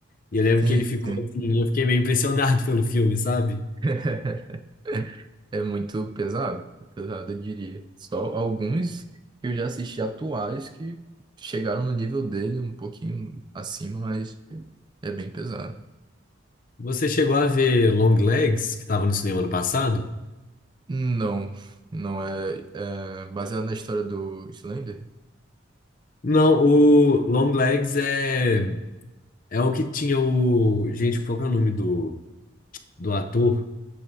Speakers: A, on the left (about 45°); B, on the right (about 25°).
A: E eu lembro
B: Sim,
A: que ele ficou
B: sim.
A: assim, eu fiquei meio impressionado <laughs> pelo filme, sabe?
B: <laughs> É muito pesado, pesado, eu diria. Só alguns que eu já assisti atuais que chegaram no nível dele um pouquinho acima, mas é bem pesado.
A: Você chegou a ver Long Legs, que tava no cinema ano passado?
B: Não, não é, é baseado na história do Slender?
A: Não, o Long Legs é, é o que tinha o. Gente, qual que é o nome do. do ator.